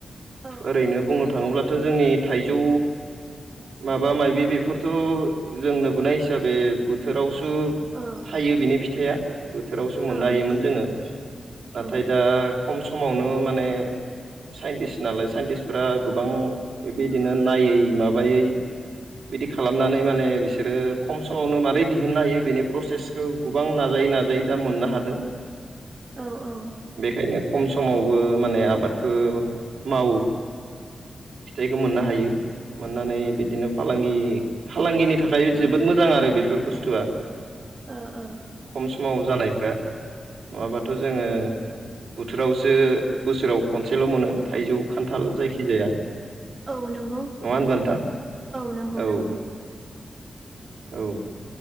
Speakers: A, on the right; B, on the right.
A: औ
B: ओरैनो बुंनो थाङोब्ला थ' जोंनि थाइजौ माबा माबि बेफोरथ' जों नुबोनाय दा बे बोथोरावसो
A: औ
B: थायो बिनि फिथाइया बोथोरावसो मोननो
A: औ
B: हायोमोन जोङो नाथाय
A: औ
B: दा खम समावनो माने साइन्टिस्ट नालाय साइन्टिस्टफोरा गोबां बिदिनो नायै माबायै बिदि खालामनानै माने बिसोरो खम समावनो मारै दिहुननो हायो बेनि प्रसेस खौ गोबां नाजायै नाजायै दा मोननो हादों
A: औ औ
B: बेखायनो खम समावबो माने आबादखौ मावो फिथाइखौ मोननो हायो मोननानै बिदिनो फालांगि फालांगिनि थाखाय जोबोद मोजां आरो बेफोर बुस्थुआ
A: ओ ओ
B: खम समाव जानायफ्रा नङाबाथ' जोङो बोथोरावसो बोसोराव खनसेल' मोनो थाइजौ खान्थाल जायखि जाया
A: औ नंगौ
B: नङा होनबा नोंथां?
A: नंगौ
B: औ
A: नंगौ
B: औ